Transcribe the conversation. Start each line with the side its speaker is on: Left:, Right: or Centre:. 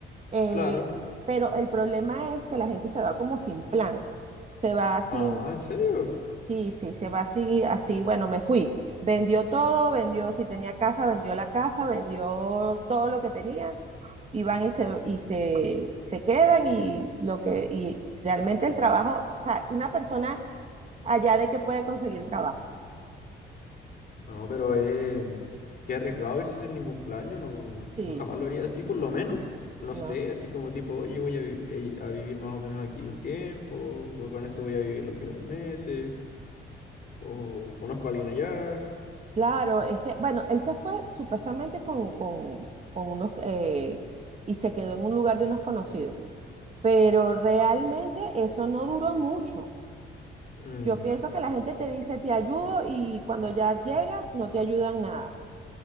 Right: Eh,
Left: claro.
Right: pero el problema es que la gente se va como sin plan, se va sin
Left: Ah, ¿en serio?
Right: Sí, sí, se va así, así, bueno, me fui. Vendió todo, vendió, si tenía casa, vendió la casa, vendió todo lo que tenía y van y se, y se, se quedan y lo que, y realmente el trabajo, o sea, una persona allá de que puede conseguir trabajo.
Left: No, pero eh, qué arriesgado irse sin ningún plan. Yo no,
Right: Sí,
Left: yo jamás lo haría así, por lo menos. No
Right: no,
Left: sé,
Right: no.
Left: así como tipo, oye, voy a, vi- a vivir más o menos aquí un tiempo, o con esto voy a vivir los primeros meses, o conozco a alguien allá.
Right: Claro, es que, bueno, él se fue supuestamente con, con, con unos, eh, y se quedó en un lugar de unos conocidos, pero realmente eso no duró mucho.
Left: Mm,
Right: Yo pienso que la gente te dice, te ayudo y cuando ya llegas no te ayudan nada.